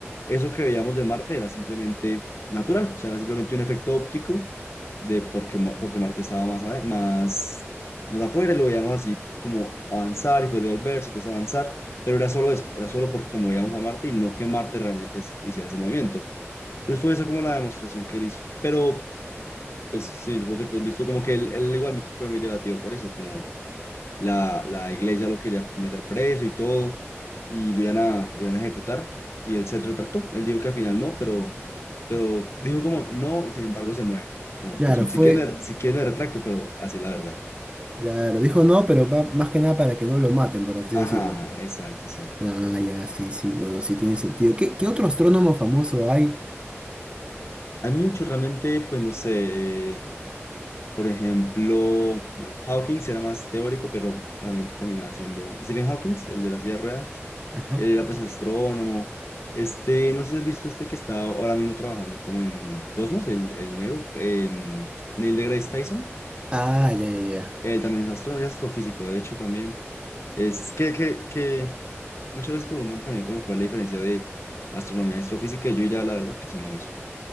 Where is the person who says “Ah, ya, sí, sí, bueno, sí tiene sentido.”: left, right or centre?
Right